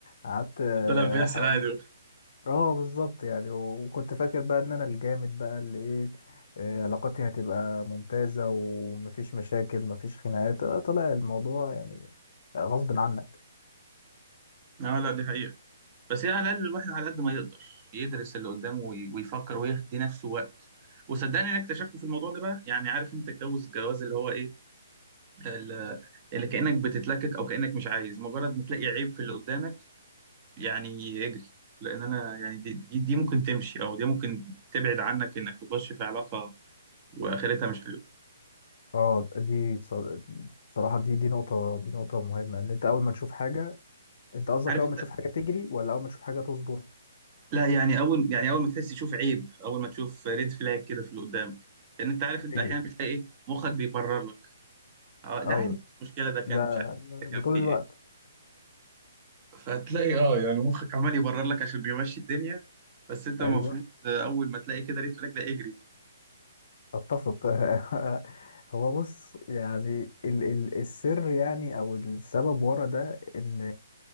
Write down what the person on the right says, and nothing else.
طلع بيحصل
عادي
اه لا دي حقيقة بس هي على الاقل الواحد على قد ما يقدر يدرس اللي قدامه وي- ويفكر ويدي نفسه وقت وصدقني انا اكتشفته في الموضوع ده بقى يعني عارف انت الجوز الجواز اللي هو ايه ال- اللي كانك بتتلكك او كانك مش عايز مجرد ما تلاقي عيب في اللي قدامك يعني اجري لان انا يعني دي, دي دي ممكن تمشي او دي ممكن تبعد عنك انك تخش في علاقه واخرتها مش حلوه
عارف
انت
لا يعني اول يعني اول ما تحس تشوف عيب اول ما تشوف ريد فلاج كده في اللي قدامك لان انت عارف انت
احيانا بتلاقي ايه مخك بيبرر لك اه ده
عادي المشكله ده كان
مش عارف ده كان
فيه
ايه فهتلاقي اه يعني مخك عمال يبرر لك عشان يمشي الدنيا بس انت
المفروض
آه، اول ما تلاقي كده ريت فلاج ده اجري